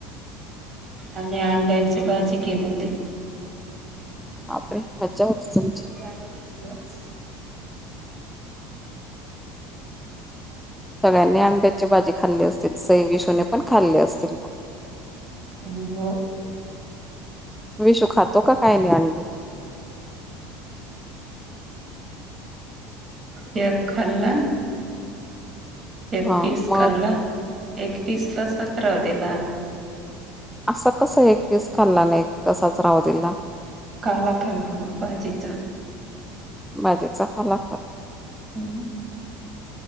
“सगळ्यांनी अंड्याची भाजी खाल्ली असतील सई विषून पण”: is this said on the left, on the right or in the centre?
Centre